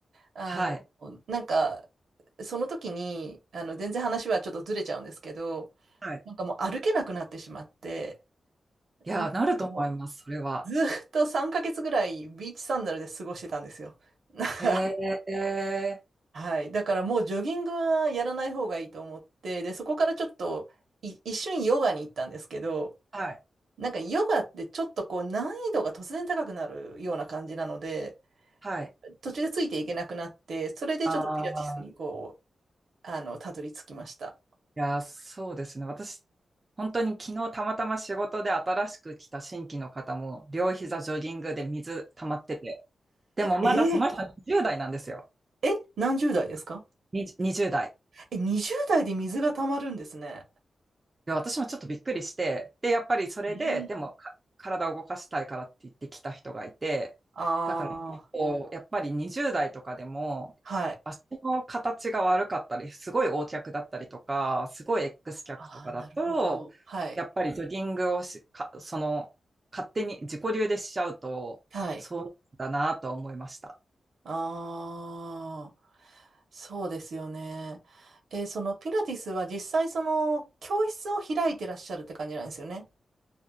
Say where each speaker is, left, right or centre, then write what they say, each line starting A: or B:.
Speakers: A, on the right; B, on the right.
A: あの、
B: はい。
A: なんか、その時に、あの、全然話はちょっとずれちゃうんですけど、
B: はい。
A: なんかもう歩けなくなってしまって、
B: いやー、
A: なんかも
B: なると思います。それは。
A: うずーっと3ヶ月ぐらいビーチサンダルで過ごしてたんですよ。<laughs>
B: へえー。
A: はい。だからもうジョギングはやらない方がいいと思って、で、そこからちょっとい一瞬ヨガに行ったんですけど、
B: はい。
A: なんかヨガってちょっとこう難易度が突然高くなるような感じなので、
B: はい。
A: 途中でついていけなくなって、それでちょっとピラティスにこう、
B: ああ。
A: あの、たどり着きました。
B: いやー、そうですね。私、本当に昨日たまたま仕事で新しく来た新規の方も、両膝ジョギングで水溜まってて、でもまだその人20代なんですよ。
A: えー、え、何十代ですか
B: にじ20代。
A: え、20代で水が溜まるんですね。
B: や、私もちょっとびっくりして、で、やっぱりそれで、
A: ええ
B: でもか体を動かしたいからって言ってきた人がいて、
A: あ
B: だから結構、やっぱり20代とかでも、
A: あ、はい。
B: 足の形が悪かったり、すごい O 脚だったりとか、すごい X 脚とかだと、
A: ああ、なるほど。はい。
B: やっぱりジョギングをし、か、その、勝手に自己流でしちゃうと、
A: はい。
B: そうだなと思いました。
A: ああ、そうですよね。えーそのピラティスは実際その教室を開いてらっしゃるって感じなんですよね。